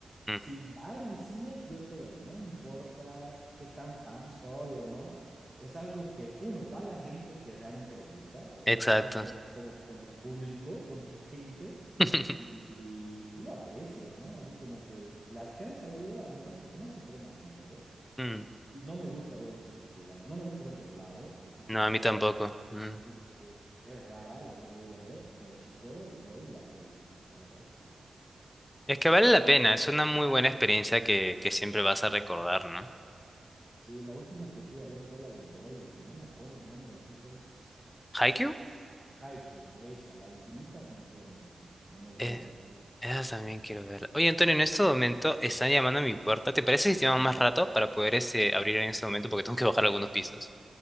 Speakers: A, on the left; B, on the right.
A: Mm,
B: Si da en el cine, yo estoy ahí. No me importa qué tan fan soy o no. Es algo que, uno, va a la gente que realmente le gusta, o sea,
A: exacto.
B: que estás co- como que con tu público, con tu gente.
A: <laughs>
B: y, y- y lo aprecias, ¿no? Así como que las que han salido, al menos porque no se estrenan mucho,
A: Mm,
B: y no me gusta ver subtitulado, no me gusta ver doblado, así que
A: No,
B: tra-
A: a mí tampoco. Mm.
B: así que es rara la que voy a ver, pero si puedo voy y apoyo, así, la verdad es que me gusta.
A: Es que vale la pena, es una muy buena experiencia que, que siempre vas a recordar, ¿no?
B: Sí, la última que fui a ver fue la de voley, que no me acuerdo el nombre ahorita, es
A: ¿Haikyuu?
B: Haikyuu, esa, la ultimita me fui a ver al cine y me gustó
A: Eh,
B: mucho.
A: esa también quiero verla. Oye, Antonio, en este momento están llamando a mi puerta. ¿Te parece si te llamo más rato para poder este, abrir en este momento? Porque tengo que bajar algunos pisos.